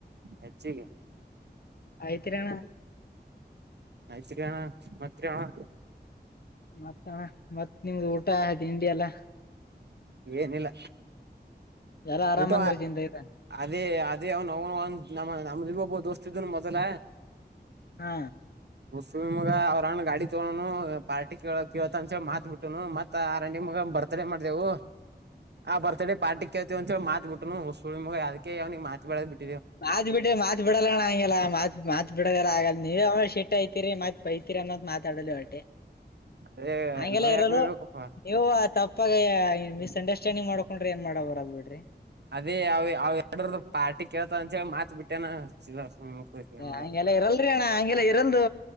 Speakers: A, on the right; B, on the left.
A: ಹೆಚ್ಚಿಗಿ
B: ಆಯ್ತ್ರಿ ಅಣ್ಣ
A: ಆಯ್ತ್ರಿ ಅಣ್ಣ ಮತ್ರಿ ಅಣ್ಣ
B: ಮತ್ತ ಮತ್ತ ನಿಮ್ದು ಊಟ ತಿಂಡಿ ಎಲ್ಲಾ
A: ಏನಿಲ್ಲ
B: ಎಲ್ಲಾ ಆರಾಮಂದ್ರಿ
A: ಊಟ
B: ಜಿಂದ ಇದ
A: ಅದೇ ಅದೇ ಅವನು ಅವನು ನಮ್ಮ ನಮ್ದು ನಮಗೂ ದೋಸ್ತ್ ಇದುನ್ನು ಮೊದಲ
B: ಹಾ
A: ಹುಚ್ಚ ಮಗ ಅವರ ಅಣ್ಣ ಗಾಡಿ ತಗೊಂಡನು ಪಾರ್ಟಿ ಕೇಳ ಹೇಳ್ತೀನಿ ಅಂತ ಹೇಳಿ ಮಾತ್ ಬಿಟ್ಟುನು ಮತ್ತ ಮಗ ಸುಮ್ಮ ಬರ್ತಡೇ ಮಾಡಿದೆವು ಆ ಬರ್ತಡೇ ಪಾರ್ಟಿ ಕೇಳ್ತೀವಿ ಅಂತ ಹೇಳಿ ಮಾತು ಬಿಟ್ಟುನು ಹುಚ್ ಮಗ ಅದಿಕ್ಕೆ ಅವನಿಗೆ ಮಾತಾಡೋದ್ ಬಿಟ್ಟು
B: ಮಾತ್ ಬಿಟ್ರ ಮಾತ್ ಬಿಡಲ್ಲಣ ಹಂಗಗೆಲ್ಲ ಮಾತ್ ಮಾತ್ ಬಿಡಲ್ಲ ಆಗಲ್ಲ ನೀ ವೇಮೇಶ ಸಿಟ್ಟ ಐತಿರಿ ಮತ್ತು ಬೈತಿರಿ ಅನ್ನೋದು ಮಾತಾಡೋಲಿ ಹೊಟ್ಟೆ
A: ಅದೇ
B: ಹಂಗೆಲ್ಲ
A: ನಾವ್
B: ಇರಲು
A: ಯಾಕ ಬಯ್ಬೇಕಪ್ಪಾ
B: ನೀವು ತಪ್ಪ ಏ ಮಿಸ್ ಅಂಡರ್ಸ್ಟ್ಯಾಂಡಿಂಗ್ ಮಾಡ್ಕೊಂಡ್ರಿ ಏನ್ ಮಾಡಕ ಬರಲಾ ಬಿಡ್ರಿ
A: ಅದೇ ಅವ ಅವ ಎರಡ ಪಾರ್ಟಿ ಕೇಳ್ತ ಅಂಂತ ಹೇಳೇಳಿ ಮಾತ್ ಬಿಟ್ಟೇನ ಸುಮ್ನ ಕೂತ್ ಏನ್ ಮಾಡೋದು
B: ಹಗೆಲ್ಲ ಇರಲ್ರಿ ಅಣ್ಣ ಹಂಗೆಲ್ಲ ಇರಂದು